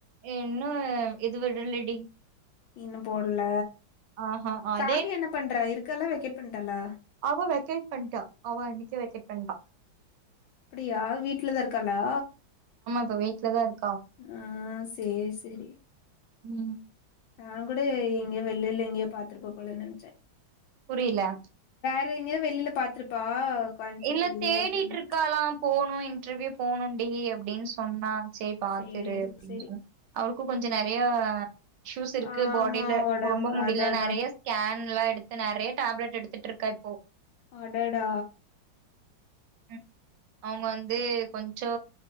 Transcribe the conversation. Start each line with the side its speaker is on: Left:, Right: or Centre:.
Right: இன்னும் இது விடலடி
Left: இன்னு போட்ல
Right: ஆஹா அது
Left: காவியா என்ன பண்றா இருக் க்காளா வெக்கேட் பண்ட்டாளா
Right: அவ வெக்கேட் பண்ட்டா அவ அன்னைக்கே வெக்கேட் பண்ட்டா
Left: அப்டியா வீட்லதா இருக்காலா
Right: ப்ப வீட்ல தான் இருக்
Left: ஆஹ் சேரி சேரி
Right: உம்
Left: நான் கூட எங்கயோ வெள்ளில எங்கேயோ பாத்துட்டு போலருப்பனு நினைச்சேன்
Right: புரியல
Left: ற எங்கயாவது வெளியில பாத்துருப்பா கோயம்புத்தூர்க்குள்ளயே
Right: இல்ல தேடிட்டு
Left: அப்டின்னு
Right: இருக்காலாம் போன் <unintelligible> இன்டர்வியூ போகணுன்டி அப்டின்னு சொன்னா சேரி பாத்து
Left: சேரி
Right: இரு அப்டின்னு
Left: சேரி
Right: சொன்னா அவருக்கும் கொஞ்சோ நெறையா இஸ்யூஸ் இருக்கு
Left: ஆமா
Right: பாடில ரொம்ப
Left: ஒடம்பு
Right: ரொம்ப முடியல
Left: அதா அதா
Right: நெறைய ஸ்கேன்லா எடுத்து நெறைய டேப்லெட் எடுத்துட்டு இருக்கா இப்போ
Left: அடடா
Right: ம் அவங்க வந்து கொஞ்சோ